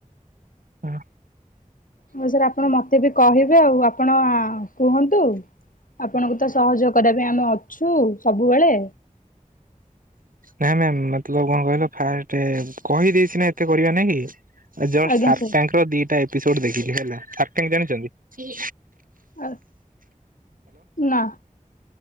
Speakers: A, on the right; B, on the left.
A: ହଁ
B: ହଁ, ସାର୍ ଆପଣ ମତେ ବି କହିବ୍ ହିବେ ଆଉ, ଆପଣ କୁହନ୍ତୁ ଆପଣଙ୍କୁ ତ ସହଯୋଗ କରିବା ପାଇଁ ଆମେ ଅଛୁ ସବୁବେଳେ।
A: ନାଇଁ ମ୍ୟାମ୍, ମତଲବ୍ କଣ କହିଲ ଫାଷ୍ଟେ କହିଦେଇଚ ସିନା ଏତେ କରିବା ନାଗି ଜଷ୍ଟ୍
B: ଆଜ୍ଞା
A: ସାର୍ଟାଙ୍କ
B: ସାର୍।
A: ର ଦିଟା ଇପିସୋଡ୍ ଦେଖଲି ହେଲା ସାର୍ଟାଙ୍କ ଜାଣିଚନ୍ତି?
B: ଆର ନା।